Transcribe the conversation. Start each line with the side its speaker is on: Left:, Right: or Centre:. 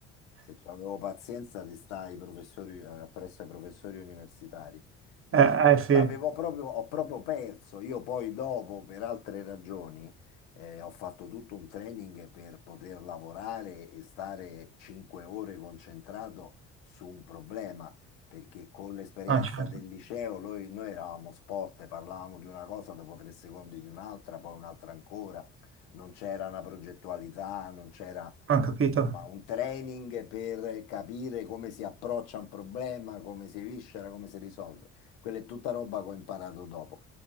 Left: se avevo pazienza di stare ai professori, eh, appresso ai professori universitari. Non,
Right: eh, eh, sì,
Left: l'avevo proprio, ho proprio perso, io poi dopo, per altre ragioni, Eh, ho fatto tutto un training per poter lavorare e stare 5 ore concentrato su un problema, perché con l'esperienza
Right: ah, certo,
Left: del liceo noi, noi eravamo spot, parlavamo di una cosa, dopo tre secondi di un'altra, poi un'altra ancora, non c'era una progettualità, non c'era
Right: ho capito.
Left: insomma, un training per capire come si approccia un problema, come si viscera, come si risolve. Quella è tutta roba che ho imparato dopo.